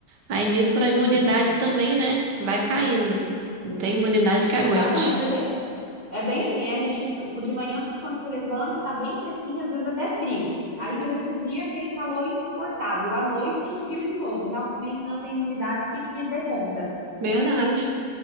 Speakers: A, on the right; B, on the right.
A: Aí nisso
B: Uhum.
A: a imunidade também, né? Vai caindo. Não tem imunidade que
B: Exatamente,
A: aguente.
B: porque É bem assim, né? A gente, de manhã, quando você levanta, tá bem fresquinho, às vezes até frio. Aí, durante o dia, aquele calor insuportável. À noite, frio de novo. Realmente não tem imunidade que, que dê conta.
A: Verdade.